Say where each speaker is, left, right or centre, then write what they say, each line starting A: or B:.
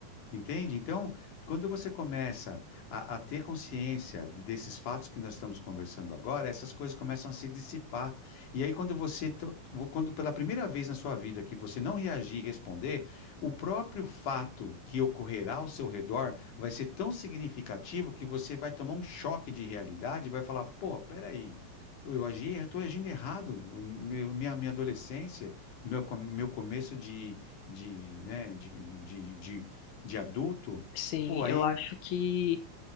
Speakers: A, on the left; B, on the left.
A: Entende? Então, quando você começa a, a ter consciência de- desses fatos que nós estamos conversando agora, essas coisas começam a se dissipar. E aí, quando você, to- vo- quando pela primeira vez na sua vida que você não reagir e responder, o próprio fato que ocorrerá ao seu redor vai ser tão significativo que você vai tomar um choque de realidade e vai falar: pô, peraí. Eu eu agi, estou agindo errado. O meu- minha, minha adolescência, o meu, com- meu começo de, de, né, de, de, de de adulto,
B: sim.
A: pô, aí.
B: Eu acho que